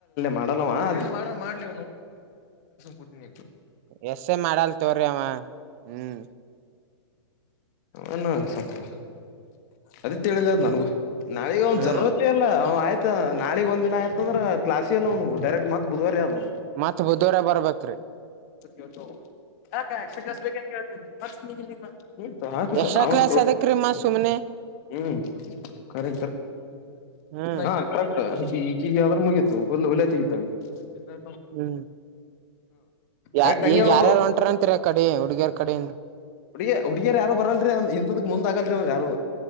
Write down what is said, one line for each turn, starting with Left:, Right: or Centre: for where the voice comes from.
Left: ಮಾಡ ಮಾಡ್ಸ ಕೂತಿನ
Right: ಎಸ್ ಮಾಡಲ್ ತೋ್ರಿ ಅವವ ಹ್ಮ್
Left: ಹ ನ ಸಾತು ಅದಿೇಳಿದ ಅದ್ ನನಗು ನಾಳಗ ಒಂದ್
Right: ಹ್ಮ್
Left: ಜರತ್ ಎಲ್ಲ ಆಯ್ತಾ ನಾಳಗ್ ಒಂದ್ಿನ ಆಯ್ತ ಅಂದ್ರ ಕ್ಲಾಸ್ ಎಲ್ಲ ಅವ್ನು ಡೈರೆಕ್ಟ್ ಮತ್ ಬುವಾರ ಯಾವ್ನು
Right: ಮತ್ ಬುುದರ ಬರ್ಬೇಕ್ರೀ
Left: ಯತ್ತು ಹಾಕಕ್ಸ್್ರಾ ಕ್ಲಸ್ ಬೇಕ ಕೇತಿನಿ ಬರ್ಸ್ ನಿಗಲಿ ಹ ಹಾಗತ್ತು
Right: ಎಕ್ಸ್ಟ್ರಾ ಕ್ಲಾಸ್ ಅದಕ್ರೀ ಮತ್ ಸುಮ್ನೆ
Left: ಹ್ಮ್ ಕರೆ
Right: ಹ್ಮ್
Left: ಆಕರಟ್ಟು ಈ ಕೀ ಅವ್ರ ಮುಗೀತು ಹೊಲ್ಲು ಹೊಲ್ಯ ತೆಗೀತಾವಿ ಹ
Right: ಹ್ಮ್ ಯ
Left: ಡಟ್ ಹಂಗೆ
Right: ಈಗ
Left: ಹೇಳದು
Right: ಯಾರ್ಯಾರು ಹೊಂಟಾರ ಅಂತರ ಕಡೆ ಹುಡುಗಿಯರ್ ಕಡೆಯಿಂದ
Left: ಹು ಹುಡುಗಿಯರು ಯಾರು ಬರಲ್ರಿ ಇಂಥದಕ್ ಮುಂದ್ ಆಗಲ್ರಿ ಅವರು ಯಾರು